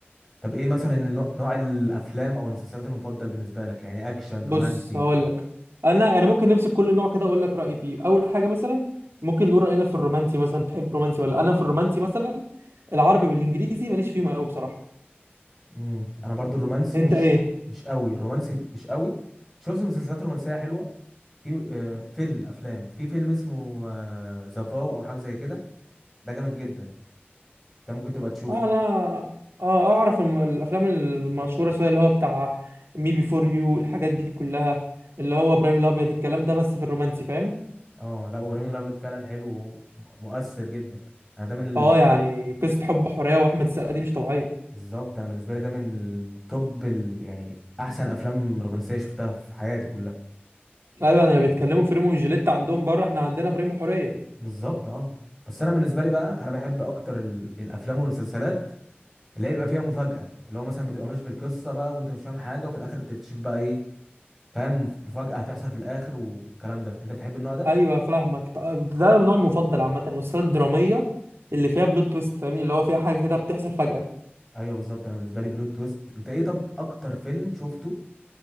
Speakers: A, in the centre; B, on the right.
A: طب ايه مثلا النوع- نوع الافلام او المسلسلات المفضل بالنسبه لك يعني اكشن رومانسي
B: بص هقول لك انا يعني ممكن نمسك كل نوع كده اقول لك رايي فيه اول حاجه مثلا ممكن نقول راينا في الرومانسي مثلا بتحب رومانسي ولا انا في الرومانسي مثلا العربي والانجليزي ماليش فيهم قوي بصراحه
A: امم انا برضو الرومانسي
B: انت
A: مش
B: ايه
A: مش قوي الرومانسي مش قوي شفت مسلسلات رومانسيه حلوه في آه، فيلم افلام في فيلم اسمه آه، ذا فاو او حاجه زي كده ده جامد جدا ده ممكن تبقى تشوفه
B: اه انا اه اعرف الم- الافلام المشهوره شويه اللي هو بتاع مي بي فور يو الحاجات دي كلها اللي هو ابراهيم الابيض الكلام ده بس في الرومانسي فاهم
A: اه لا ابراهيم الابيض فعلا حلو ومؤثر جدا انا ده من
B: اه يعني قصه حب حوريه واحمد السقا دي مش طبيعيه
A: بالظبط انا بالنسبه لي ده من توب ال... يعني احسن افلام رومانسيه شفتها في حياتي كلها
B: ايوه انا بيتكلموا في ريمو وجيليتا عندهم بره احنا عندنا بريمو حوريه
A: بالظبط اه بس انا بالنسبه لي بقى انا بحب اكتر ال... الافلام والمسلسلات اللي هي بيبقى فيها مفاجاه اللي هو مثلا بتبقى ماشي في القصه بقى وانت مش فاهم حاجه وفي الاخر بتكتشف بقى ايه فاهم مف- مفاجاه هتحصل في الاخر والكلام ده انت بتحب النوع ده
B: ايوه فاهمك ط- ده النوع المفضل عامه والسلسله الدراميه اللي فيها بلوت تويست فاهمني اللي هو فيها حاجه كده بتحصل فجاه
A: ايوه بالظبط انا بالنسبه لي بلوت تويست انت ايه طب اكتر فيلم شفته